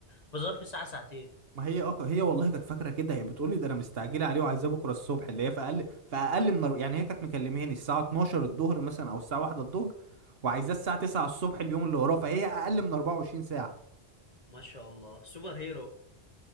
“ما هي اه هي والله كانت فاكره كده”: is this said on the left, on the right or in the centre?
Right